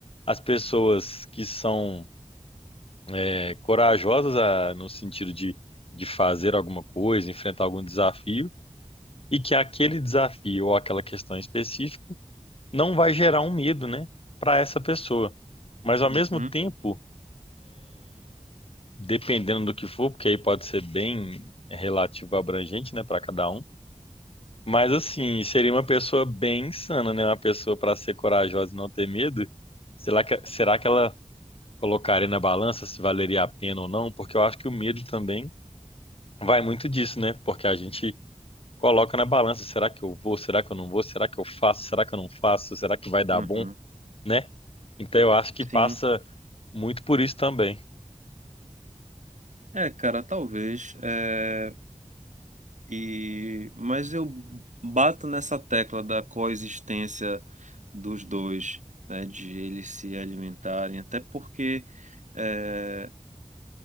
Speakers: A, on the left (about 50°); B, on the right (about 75°).
A: As pessoas que são é, corajosas a- no sentido de, de fazer alguma coisa, enfrentar algum desafio, e que aquele desafio ou aquela questão específica não vai gerar um medo, né? Para essa pessoa. Mas ao
B: uhum,
A: mesmo tempo dependendo do que for, porque aí pode ser bem relativo abrangente, né, para cada um. Mas assim, seria uma pessoa bem insana, né? Uma pessoa para ser corajosa e não ter medo. Será que, será que ela colocaria na balança se valeria a pena ou não? Porque eu acho que o medo também vai muito disso, né? Porque a gente coloca na balança, será que eu vou? Será que eu não vou? Será que eu faço? Será que eu não faço? Será que vai dar
B: uhum.
A: bom, né? Então eu acho que passa
B: Sim.
A: muito por isso também.
B: É, cara, talvez. É, e... Mas eu bato nessa tecla da coexistência dos dois, né? De eles se alimentarem, até porque. é,